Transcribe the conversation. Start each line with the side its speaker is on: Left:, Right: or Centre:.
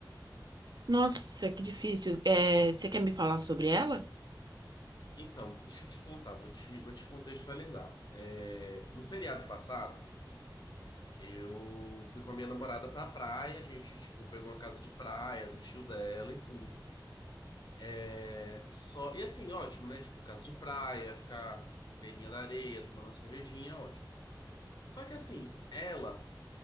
Right: Nossa, que difícil. É, você quer me falar sobre ela?
Left: Então, deixa eu te contar, vou te, vou te contextualizar. É, no feriado passado, eu fui com a minha namorada pra praia, a gente, tipo, pegou uma casa de praia do tio dela e tudo. É, só, e assim, ótimo, né? Tipo, casa de praia, ficar beirinha da areia, tomando uma cervejinha, é ótimo. Só que assim, ela